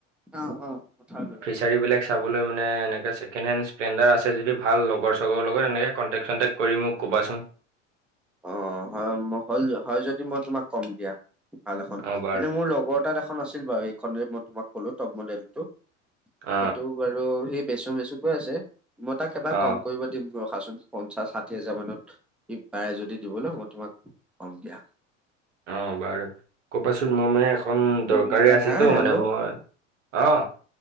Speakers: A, in the centre; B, on the right.
A: অ', অ' পথাৰলৈ।
B: গাৰিবিলাক চাবলে মানে এনেকৈ চেকেণ্ড হেণ্ড স্প্লেণ্ডাৰ আছে যদি ভাল লগৰ চৰ লগত এনেকে কণ্টেক চণ্টেক। কৰি মোক ক'বাচোন।
A: অ' হয় হল হয় যদি মই তোমাক কম দিয়া ভাল এখন
B: অ বাৰু
A: এনে মোৰ লগৰ তাত এখন, এখন আছিল বাৰু এইখন যে মই তোমাক কলো টপ মডেল টো
B: অ
A: সেইটো। বাৰু সি বেচো বেচু কৈ আছে মই তাক এবাৰ
B: অ
A: কম কৰিব নি সুধিম ৰখাচোন পঞ্চাশ ষাঠি হাজাৰ মানত। সি পাৰে যদি দিবলৈ মই তোমাক কম দিয়া।
B: অ', বাৰু কবাচোন মোৰ মানে এখন
A: কি
B: দৰকাৰী
A: বুলি কয়
B: আছেতো
A: হা হেল্ল'
B: মানে মই, অ'।